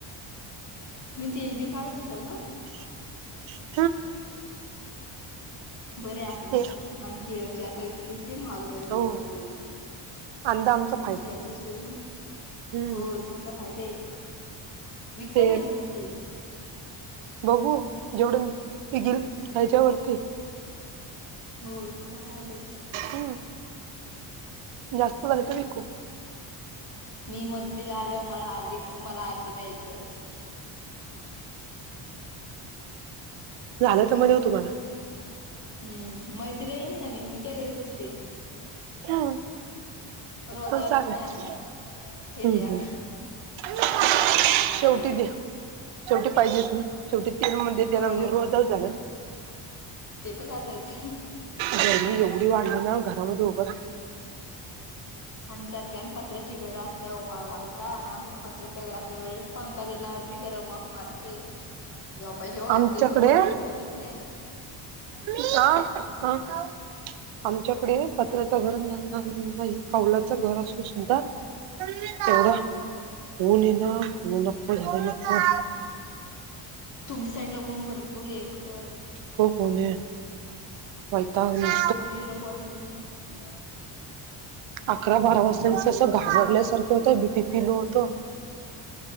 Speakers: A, on the left (about 35°); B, on the right (about 70°).
A: तुम्ही तेलबिल काढत असाल ना?
B: <unintelligible>
A: बर आहे आपल
B: ते
A: आणि तेलाची आता एक पी हे किती महागड
B: हो
A: <unintelligible> डबे
B: अंदा आमचा फायदा
A: घ्यायची सोय नाही,
B: हम्म
A: हो तुमचा फायदा आहे, विकता
B: तेल
A: काय तुम्ही तेल?
B: बघू जेवढं, निघेल त्याच्यावरती ये?
A: होय, ते तर <unintelligible>
B: हम्म. जास्त झाले तर विकू?
A: मी मदतीला आल्यावर, मला अर्धी मला आर्ध द्यायचं.
B: झालं तर म देऊ तुम्हाला.
A: हम्म, मदतीला येईन ना मी, मी काय घरीच असते.
B: हा.
A: रोजावरती
B: हो चालेल,
A: नाही आणणार हे
B: हम्म
A: द्या
B: हम्म, ठेऊ शेवटी द्या, शेवटी पाहिजेच ना शेवटी तेल म्हणजे त्याना
A: हो
B: म्हणजे रोजच
A: मग
B: झाला ना.
A: ते तर झालंच.
B: गरमी एवढी वाढली ना, घरामध्ये उभं राहवत
A: आणि त्यात की न पत्र्याची घरं असल्यावर वैताग आणि अस तर पत्र्याच घरं असल्यावर पंखा जरी लावला तरी गरम वाफ मारते, झोपायचे वांदे
B: आमच्याकडे
A: येत दुपारची झोपतच नाही.
B: मम्मी, आ हा खाऊ आमच्याकडे पत्र्याच घर ना ना नाही, कौलाच घर असून सुद्धा तेवढा, ऊन ये ना, ऊन नको झालय नको.
A: तुमच्या साइडला ऊन भरपूर आहे खरंच.
B: खुप ऊन ये - वैतागले-
A: आमच्या इथं बंर तरी ये-
B: अकरा-बारा वाजता नुसता असं घाबरल्यासारखं होतं बीपी फील होतो.